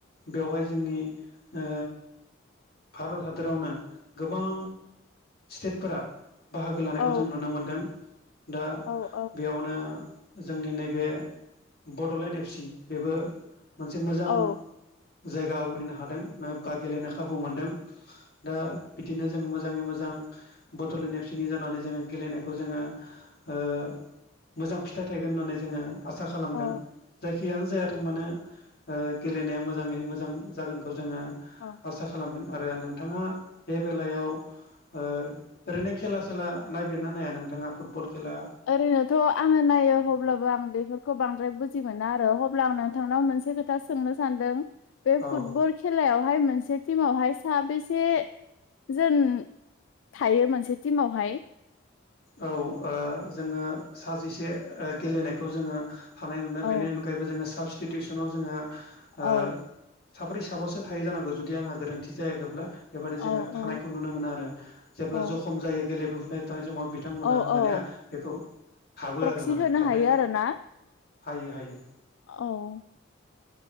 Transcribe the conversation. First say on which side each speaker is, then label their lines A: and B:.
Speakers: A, on the left; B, on the left.
A: बेवहाय जोंनि ओ भारत हाद दोरावनो गोबां स्टेटफोरा बाहागो लानायखौ
B: औ
A: जों नुनो मोनदों दा
B: औ
A: बेयावनो जोंनि नैबे बड'लेण्ड एफ सि बेबो मोनसे मोजां
B: औ
A: जायगा आवग्रिनो हादों बा गेलेनो खाबु मोनदों। दा बिदिनो जो मोजाङै मोजां बड'लेण्ड एबसिनि जानानै जोङो गेलेनायखौ जोङो ओ मोजां फिथाइ थायगोन होननानै जोङो आसा खालामदों।
B: औ
A: जायखियानो जायाथों मानो ओ गेलेनाया मोजाङै मोजां जागोनखौ जोङो
B: अ।
A: आसा खालामदों आरो नोंथाङा बे बेलायाव ओ ओरैनो खेला सेला नायबिनना नाया नोंथाङा फुटबल खेला।
B: ओरैनोथ' आङो नायो अब्लाबो आं बेफोरखौ बांद्राय बुजि मोना आरो अब्ला आं नोंथांनाव मोनसे खोथा सोंनो सानदों। बे फुटबल
A: औ
B: खेलायावहाय मोनसे टिमावहाय साबैसे जोन थायो मोनसे टिमावहाय।
A: औ ओ जोङो सा जिसे ओ गेलेनायखौ जोङो थानाय नुनो
B: औ
A: बेनि अनगायैब बो जोङो साबसटिटिउसनाव जोङो ओ
B: औ
A: साब्रै साबासो थायो जानांगौ जुदि आंहा गोरोन्थि जायाखैब्ला। बेबादि
B: औ
A: जोङो थानायखौ
B: औ
A: नुनो मोनो आरो जेब्ला
B: औ
A: जखम जायो गेलेबोफबाय थानाय समाव। बिथांमोना
B: औ
A: होमबानिया
B: औ
A: बेखौ हाबो
B: प्रक्सि
A: आरो माने
B: होनो
A: हाबलाय
B: हायो आरोना
A: हायो हायो।
B: औ।